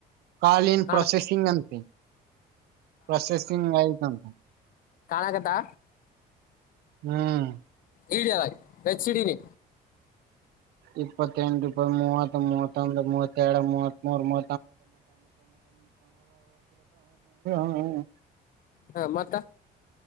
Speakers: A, on the right (about 70°); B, on the left (about 55°).
A: ಕಾಲ ಇನ್
B: ಕಾಣ
A: ಪ್ರೊಸೆಸಿಂಗ್ ಅಂತೆ ಪ್ರೊಸೆಸಿಂಗ್ ಆಯ್ತಂತೆ
B: ಕಾಣಾಗದಾ
A: ಹ್ಮ್
B: ಇಡಿಯ ಹೆಚ್ಚಿಡೀನಿ
A: ಇಪ್ಪತ್ತೆಂಟು ಇತ್ ಮೂ ಮೂಬ ಮೂತ್ತೆರಡು ಮೂತ್ ಮೂರ್ ಮೂ <unintelligible> <unintelligible>
B: ಹಾ ಮತ್ತ